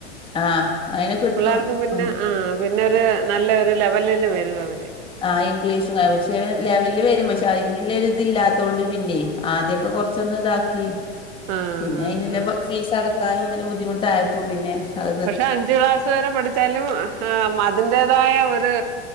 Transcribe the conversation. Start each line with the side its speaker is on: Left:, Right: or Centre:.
Left: ആ അങ്ങനെ കിട്ടും
Right: പിള്ളേർക്ക് പിന്നെ
Left: ഉം.
Right: ആഹ് പിന്നൊരു നല്ല ഒരു ലെവലില് വരു അവര്
Left: ആഹ് ഇംഗ്ലീഷുവാ വക്ഷേ ലെവല് വരും
Right: ആ
Left: പക്ഷെ അയ് നല്ല ഇതൊരില്ലാത്തോണ്ട് പിന്നെ ആദ്യൊക്കെ കൊറച്ചൊന്ന് ഇതാക്കി
Right: ആ
Left: പിന്നെ
Right: ആ
Left: അയ്നുള്ള
Right: ആ
Left: ബ ഫീസ് അടക്കാനും ഇതിനും ബുദ്ധിമുട്ടായപ്പോ പിന്നെ അ-
Right: പക്ഷെ അഞ്ച് ക്ലാസ് വരെ പഠി താലും ആഹ് മതിന്റേതായ ഒരു